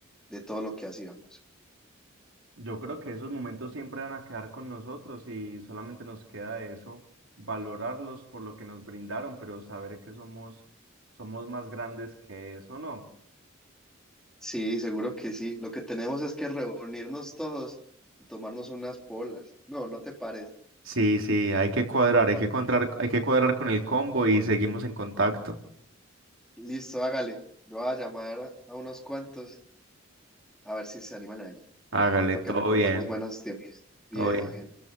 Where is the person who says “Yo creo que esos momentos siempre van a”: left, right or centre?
Right